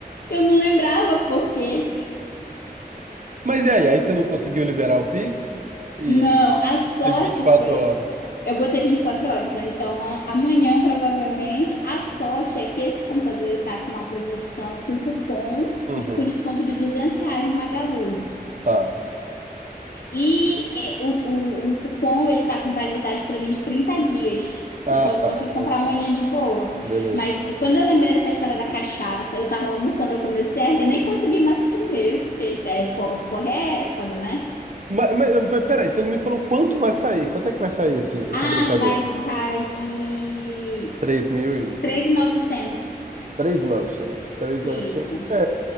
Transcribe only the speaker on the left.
Eu não lembrava por quê.
Não, a sorte
foi.
Eu botei 24 horas, né? Então a- amanhã provavelmente. A sorte é que esse computador ele tá com uma promoção com cupom
de- com desconto de 200 reais no Magalu.
E é, o, o, o cupom ele tá com validade para mim de 30 dias.
Então eu vou
conseguir
comprar amanhã de boa.
Mas é, quando eu lembrei dessa história da cachaça, eu tava almoçando, eu comecei a rir, nem consegui mais comer, porque é, po- porra é foda, né?
Ah,
vai sair
3.900.
Isso.